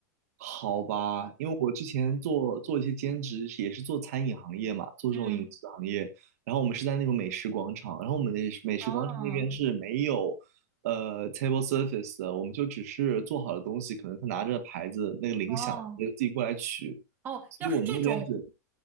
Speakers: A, on the right; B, on the right.
A: 好吧，因为我之前做做一些兼职，也是做餐饮行业嘛，
B: <laughs>
A: 做这种饮食行业。
B: 嗯，
A: 然后我们是在那种美食广场，然后我们的美食广场那边是没有呃
B: 哦
A: table service 的，我们就只是做好的东西，可能他拿着牌子那个铃响，
B: 哦
A: 我们就自己过来取。
B: 哦，
A: 所以我们那边是
B: 要是这种，